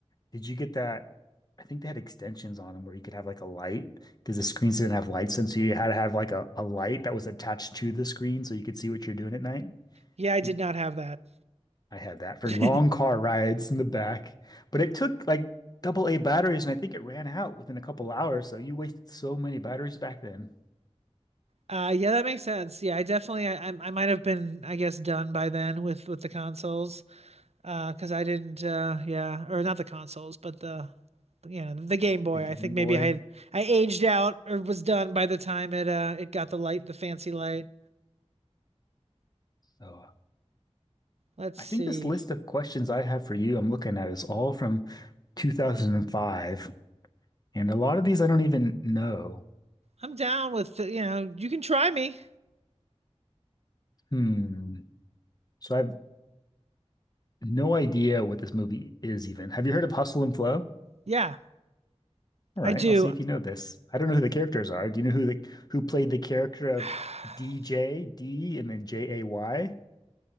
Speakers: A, on the left (about 35°); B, on the right (about 65°).
A: Did you get that? I think they had extensions on them where you could have like a light because the screens didn't have lights in, so you had to have like a, a light that was attached to the screen so you could see what you're doing at night.
B: Yeah, I did
A: Did,
B: not have that.
A: I had that for
B: <laughs>
A: long car rides in the back, but it took like double A batteries, and I think it ran out within a couple hours. So you wasted so many batteries back then.
B: Uh, yeah, that makes sense. Yeah, I definitely, I, I I might have been, I guess, done by then with with the consoles, uh, because I didn't, uh, yeah, or not the consoles, but the, you know, the Game Boy.
A: The Game
B: I think maybe
A: Boy.
B: I had, I aged out or was done by the time it, uh, it got the light, the fancy light.
A: So
B: Let's
A: I
B: see.
A: think this list of questions I have for you, I'm looking at, is all from 2005, and a lot of these I don't even know.
B: I'm down with, the, you know, you can try me.
A: Hmm. So I've No idea what this movie is even. Have you heard of Hustle and Flow?
B: Yeah,
A: All right,
B: I do.
A: I'll see if you know this. I don't know who the characters are. Do you know who the who played the character of
B: <sighs>
A: DJ D and then J A Y?